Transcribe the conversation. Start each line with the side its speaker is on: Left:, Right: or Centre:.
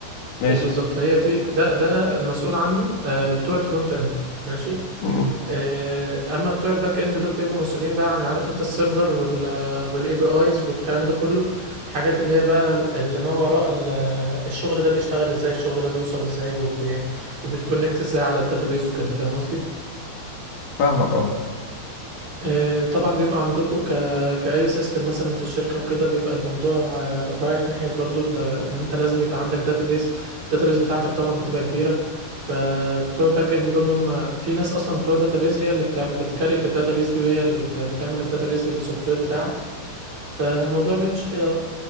Left: ماشي
Right: ايه بالظبط هي دي ده ده المسؤول عنه آه بتوع الفرونت اند ماشي
Left: مم.
Right: آه، اما بتوع الباك اند دول بيبقوا مسؤولين بقى عن عارف انت السيرفر وال والاي بي ايز والكلام ده كله حاجات اللي هي بقى اللي ما وراء ال- الشغل ده بيشتغل ازاي الشغل ده بيوصل ازاي وبي... وبيتكونكت ازاي على الداتابيز وكده فاهم قصدي
Left: فاهمك اه
Right: آه، طبعا بيبقى عندكم ك... كأي سيستم مثلا في الشركة وكده بيبقى الموضوع آه، رايح ناحية برضو ال- ان انت لازم يبقى عندك داتابيز الداتابيز بتاعتك طبعا بتبقى كبيرة فبتوع الباك اند دول هم في ناس اصلا بتوع داتابيز هي اللي بتاع... بتكريت الداتابيز دي وهي اللي بت... بتعمل الداتابيز للسوفت وير بتاعك فالموضوع بيمشي كده بقى